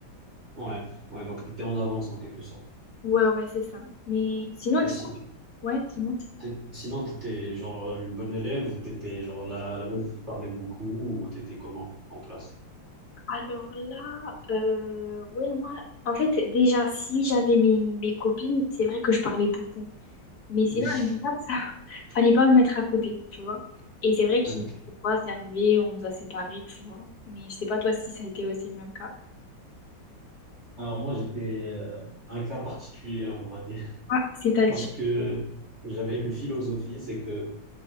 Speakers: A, on the right (about 40°); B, on the left (about 55°).
A: Ouais. Ouais. Donc, t'étais en avance en quelque sorte.
B: Ouais, ouais, c'est ça. Mais sinon,
A: Et
B: du
A: si.
B: coup, ouais, dis-moi.
A: T'é- Sinon, t'étais genre une bonne élève ou t'étais genre la, la meuf qui parlait beaucoup ou t'étais comment en classe?
B: Alors là, euh, ouais, moi, en fait, déjà, si j'avais mes, mes copines, c'est vrai que je parlais beaucoup. Mais
A: <laughs>
B: sinon, en général, ça, <laughs> fallait pas me mettre à côté, tu vois. Et c'est vrai qu'il
A: Ok.
B: des fois, c'est arrivé, on nous a séparés, tu vois. Mais je sais pas toi si ça a été aussi le même cas.
A: Alors moi, j'étais euh, un cas particulier, on va dire,
B: Ah, c'est-à-dire.
A: parce que j'avais une philosophie, c'est que